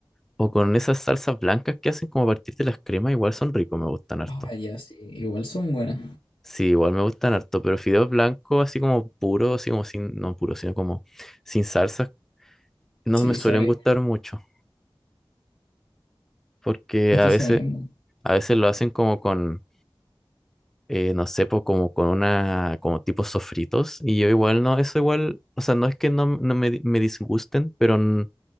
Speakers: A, in the centre; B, on the left.
A: O con esas salsas blancas que hacen como a partir de las cremas, igual son ricos, me gustan harto.
B: Ah, ya, sí, igual son buenas.
A: Sí, igual me gustan harto, pero fideos blancos así como puros, así como sin, no puros, sino como sin salsas, no
B: Sí,
A: me suelen
B: sabe,
A: gustar mucho, porque
B: es
A: a
B: que
A: veces,
B: eso mismo.
A: a veces lo hacen como con, eh, no sé, po, como con una, como tipo sofritos, y yo igual no, eso igual, o sea, no es que no, no me, di- me disgusten, pero n-